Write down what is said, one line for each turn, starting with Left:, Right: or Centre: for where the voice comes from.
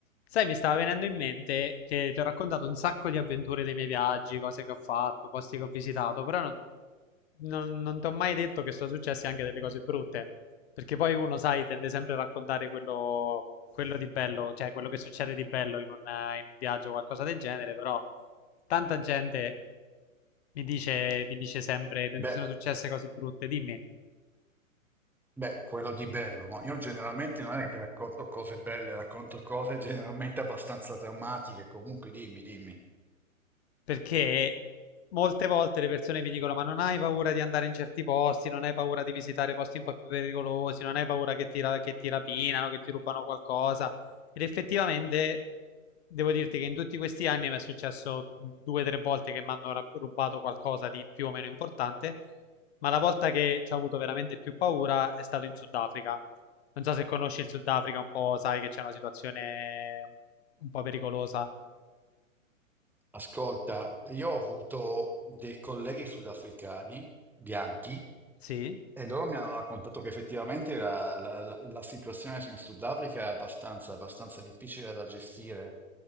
Left: Sai, mi stava venendo in mente che ti ho raccontato un sacco di avventure dei miei viaggi, cose che ho fatto, posti che ho visitato, però non, non- non ti ho mai detto che sono successe anche delle cose brutte, perché poi uno, sai, tende sempre a raccontare quello, quello di bello, cioè quello che succede di bello in un, in un viaggio o qualcosa del genere, però tanta gente mi dice, mi dice sempre, non
Centre: Beh,
Left: ti sono successe cose brutte, dimmi.
Centre: beh, quello di bello, ma io generalmente non è che racconto cose belle, racconto cose generalmente abbastanza drammatiche. Comunque, dimmi, dimmi.
Left: Perché molte volte le persone mi dicono: Ma non hai paura di andare in certi posti, non hai paura di visitare posti un po' più pericolosi, non hai paura che ti, ra- che ti rapinano, che ti rubano qualcosa. Ed effettivamente devo dirti che in tutti questi anni mi è successo due o tre volte che mi hanno ra- rubato qualcosa di più o meno importante. Ma la volta che ci ho avuto veramente più paura è stato in Sudafrica. Non so se conosci il Sudafrica un po', sai che c'è una situazione un po' pericolosa.
Centre: Ascolta, io ho avuto dei colleghi sudafricani bianchi
Left: Sì.
Centre: e loro mi hanno raccontato che effettivamente la, la- la- la situazione in Sudafrica è abbastanza, abbastanza difficile da gestire.